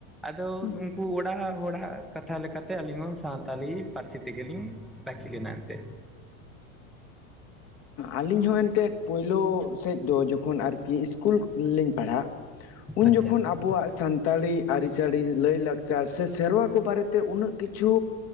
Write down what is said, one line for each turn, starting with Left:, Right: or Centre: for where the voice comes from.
Centre: ᱟᱫᱚ
Left: ᱦᱩᱸ
Centre: ᱩᱱᱠᱩ ᱚᱲᱟᱜ ᱦᱚᱲᱟᱜ ᱠᱟᱛᱷᱟ ᱞᱮᱠᱟᱛᱮ ᱟᱹᱞᱤᱧ ᱦᱚᱸ ᱥᱟᱶᱛᱟᱞᱤ ᱯᱟᱹᱨᱥᱤ ᱛᱮᱜᱮ ᱞᱤᱧ ᱫᱟᱹᱠᱷᱤᱞ ᱮᱱᱟ ᱮᱱᱛᱮ᱾
Left: ᱟᱹᱞᱤᱧ ᱦᱚᱸ ᱮᱱᱛᱮᱫ ᱯᱳᱭᱞᱳ ᱥᱮᱫ ᱫᱚ ᱡᱚᱠᱷᱚᱱ ᱟᱨᱠᱤ ᱤᱥᱠᱩᱞ ᱞᱤᱧ ᱯᱟᱹᱲᱦᱟᱹᱜ ᱩᱱ
Centre: ᱟᱪᱪᱷᱟ
Left: ᱡᱚᱠᱷᱚᱱ
Centre: ᱟᱪᱪᱷᱟ
Left: ᱟᱵᱚᱣᱟᱜ ᱥᱟᱱ ᱥᱟᱱᱛᱟᱲᱤ ᱟᱹᱨᱤ ᱪᱟᱹᱞᱤ ᱞᱟᱹᱭᱼᱞᱟᱠᱪᱟᱨ ᱥᱮ ᱥᱮᱸᱨᱣᱟᱹ ᱠᱚ ᱵᱟᱨᱮᱛᱮ ᱩᱱᱟᱹᱜ ᱠᱤᱪᱷᱩ